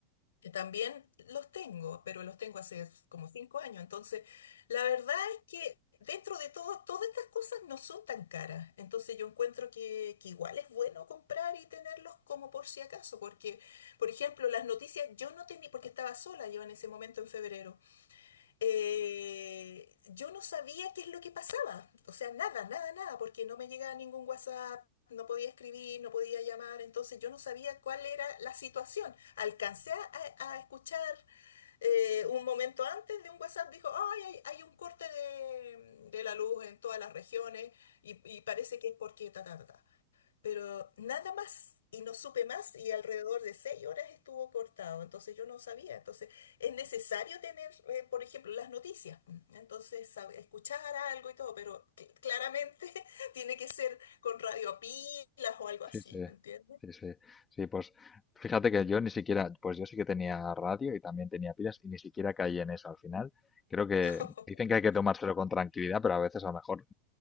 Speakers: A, on the left (about 65°); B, on the left (about 15°).
A: que también los tengo, pero los tengo hace como cinco años. Entonces, la verdad es que dentro de todo, todas estas cosas no son tan caras. Entonces, yo encuentro que, que igual es bueno comprar y tenerlos como por si acaso, porque, por ejemplo, las noticias yo no tenía, porque estaba sola yo en ese momento en febrero eh, yo no sabía qué es lo que pasaba. O sea, nada, nada, nada, porque no me llegaba ningún WhatsApp, no podía escribir, no podía llamar, entonces yo no sabía cuál era la situación. Alcancé a, a escuchar eh, un momento antes de un WhatsApp, dijo, "Ay, hay, hay un corte de, de la luz en todas las regiones y, y parece que es porque ta, ta, ta, ta" pero nada más. Y no supe más y alrededor de seis horas estuvo cortado, entonces yo no sabía. Entonces es necesario tener, eh, por ejemplo, las noticias, mm, entonces sab- escuchar algo y todo, pero cl- claramente <laughs> tiene que ser con radio pilas o algo así,
B: sí, sí,
A: ¿me entiendes?
B: sí, sí, sí, pues fíjate que yo ni siquiera, pues yo sí que tenía radio y también tenía pilas y ni siquiera caí en eso al final. Creo que
A: <laughs>
B: dicen que hay que tomárselo con tranquilidad, pero a veces a lo mejor